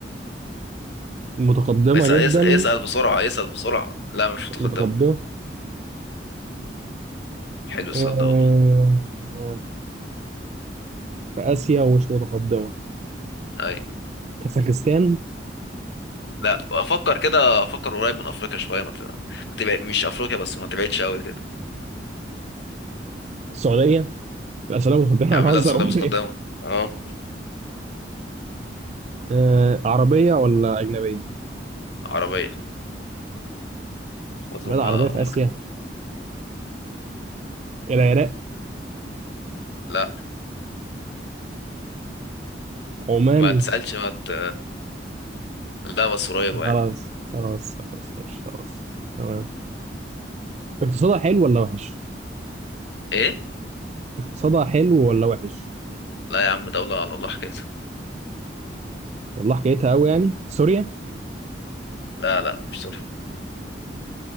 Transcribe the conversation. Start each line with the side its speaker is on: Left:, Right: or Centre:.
Right: متقدمه
Left: اسأل,
Right: جدا
Left: اسأل اسأل بسرعة اسأل بسرعة لا مش متقدمة
Right: متقدمه
Left: حلو السؤال
Right: آه،
Left: ده والله
Right: في اسيا ومش متقدمه
Left: أيوة
Right: كازاخستان
Left: لا أفكر كده أفكر قريب من أفريقيا شوية ما تبعد تبعد مش أفريقيا بس ما تبعدش أوي كده
Right: السعوديه لا سلام متقدمه
Left: يا عم
Right: هنهزر
Left: لا السعودية
Right: ولا
Left: متقدمة
Right: ايه
Left: أه
Right: آه، عربيه ولا اجنبيه
Left: عربية خلاص
Right: بلاد
Left: هم
Right: عربيه
Left: هم
Right: في اسيا
Left: ك-
Right: العراق
Left: لا
Right: عمان
Left: ما تسألش ما ت... لا بس قريبة
Right: خلاص
Left: يعني
Right: خلاص خلاص ماشي خلاص تمام اقتصادها حلو ولا وحش
Left: إيه
Right: اقتصادها حلو ولا وحش
Left: لا يا عم دولة على الله حكاية
Right: والله حكايتها قوي يعني سوريا
Left: لا لا مش سوريا